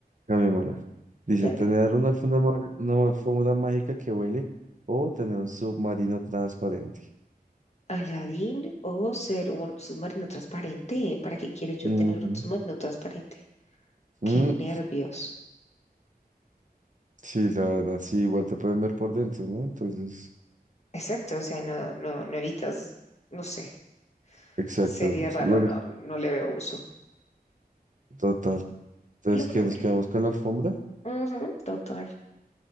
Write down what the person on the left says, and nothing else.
dale.
Aladdin o ser un submarino transparente. ¿Para qué quiero yo
tener un submarino transparente?
Qué nervios.
Exacto, o sea, no, no, no evitas, no sé,
sería raro,
no,
no le veo uso.
Es Lo primero.
Ujú, total,